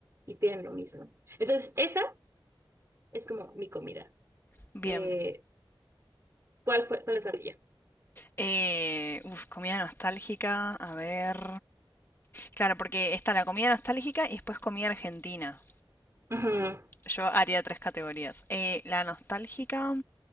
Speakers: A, on the right (about 30°); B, on the left (about 25°).
A: y piden lo mismo. Entonces, esa es como mi comida.
B: Bien.
A: Eh, ¿cuál fue, cuál es la tuya?
B: Eh, uf, comida nostálgica. A ver. Claro, porque está la comida nostálgica y después comida argentina.
A: Ujú,
B: Yo haría tres categorías. Eh, la nostálgica,